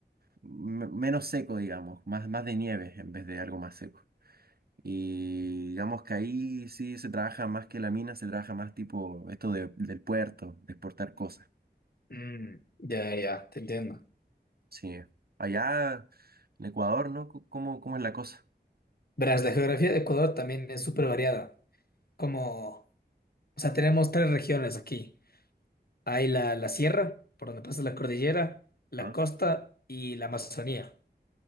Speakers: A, on the right (about 60°); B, on the left (about 55°).
A: me- menos seco, digamos, más, más de nieve en vez de algo más seco. Y digamos que ahí sí se trabaja más que la mina, se trabaja más tipo esto de- del puerto, de exportar cosas.
B: Mm, ya, ya, te entiendo.
A: Sí, allá en Ecuador, ¿no? C- ¿Cómo, cómo es la cosa?
B: Verás, la geografía de Ecuador también es súper variada. Como, o sea, tenemos tres regiones aquí. Hay la, la sierra, por donde pasa la cordillera, la
A: Ah,
B: costa y la Amazonía.